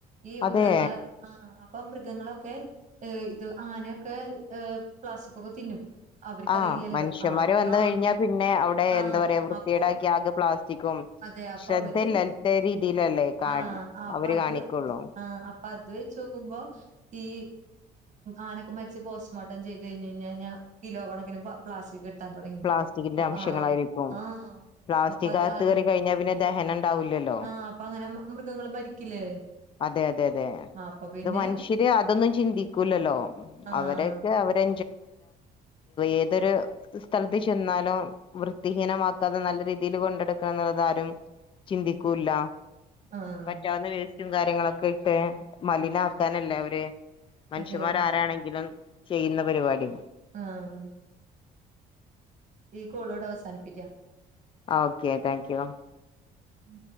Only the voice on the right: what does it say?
ഈ
മൃഗങ്ങള് ആ ഇപ്പൊ മൃഗങ്ങളൊക്കെ ഇത് അങ്ങനെയൊക്കെ പ്ലാസ്റ്റിക്കൊക്കെ തിന്നും അവർക്കറിയില്ലല്ലോ
ആ
ആ
ആ
അപ്പൊ
അതെ അപ്പൊ
അവര്
ആ ആ, അപ്പൊ
അത്
ആഹ് അപ്പൊ അത് വെച്ച് നോക്കുമ്പോ ഈ ആനൊക്കെ മരിച്ച് പോസ്റ്റ്മോർട്ടം ചെയ്ത് കഴിഞ് കഴിഞ്ഞഞ് കഴിഞ്ഞാൽ കിലോ കൊണക്കിന് പ്ലാസ്റ്റിക് കിട്ടാൻ തുടങ്ങി
അപ്പ
ആ ആ
അപ്പ അത്
അത്
ആഹ അപ്പൊ അങ്ങനെ മൃഗങ്ങൾ മരിക്കില്ലേ
ആ അപ്പൊ പിന്നെ
ആഹ്
ആഹ്
അതെ
ആഹ ഈ കോളോട് അവസാനിപ്പിക്കാം
ഉം